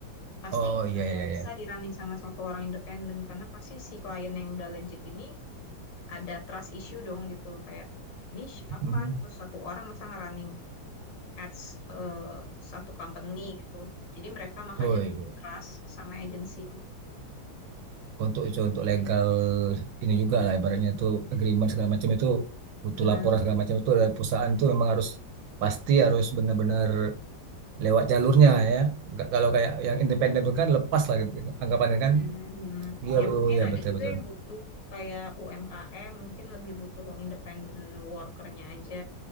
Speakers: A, on the left; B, on the right.
A: pasti
B: Oh
A: nggak
B: iya
A: bakal
B: iya
A: bisa
B: iya.
A: di running sama satu orang independen karena pasti si klien yang udah legit ini ada trust issue dong gitu kayak ini siapa
B: Mhm.
A: gitu satu orang masa ngerunning ads eh, satu company gitu. Jadi mereka makanya
B: Oh iya.
A: lebih trust sama agensi.
B: Untuk itu untuk legal ini juga lah ibaratnya itu agreement segala macam itu butuh
A: Benar.
B: laporan segala macam itu dari perusahaan tuh memang harus pasti harus benar-benar lewat jalurnya ya. Enggak kalau kayak yang independen tuh kan lepas lah anggapannya
A: Iya,
B: kan.
A: benar.
B: Iya,
A: Ya
B: oh,
A: mungkin
B: iya
A: ada
B: betul
A: juga
B: betul.
A: yang butuh kayak UMKM, mungkin lebih butuh yang independent workernya aja.